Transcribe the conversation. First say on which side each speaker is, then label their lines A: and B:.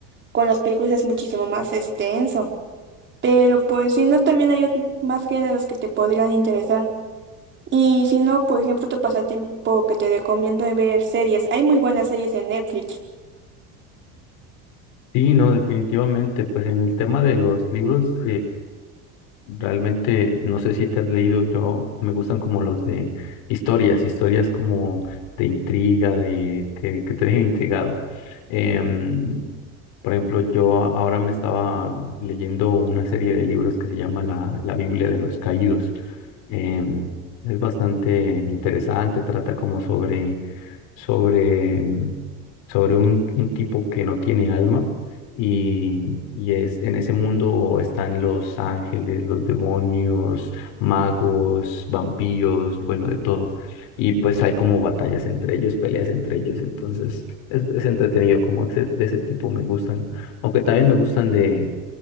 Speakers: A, on the right; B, on the left.
A: Con las películas es muchísimo más extenso. Pero pues si no, también hay ot- más géneros que te podrían interesar. Y si no, por ejemplo, tu pasatiempo que te recomiendo es ver series. Hay muy buenas series en Netflix.
B: Sí, no, definitivamente. Pues en el tema de los libros, Realmente, no sé si te has leído, yo me gustan como los de historias, historias como de intriga, de que, que te dejen intrigado. Em, por ejemplo, yo ahora me estaba leyendo una serie de libros que se llama La, la Biblia de los Caídos. Em, es bastante interesante, trata como sobre sobre, sobre un, un tipo que no tiene alma y, y es, en ese mundo están los ángeles, los demonios, magos, vampiros, bueno, de todo. Y pues hay como batallas entre ellos, peleas entre ellos, entonces es, es entretenido, como ese- de ese tipo me gustan, aunque también me gustan de,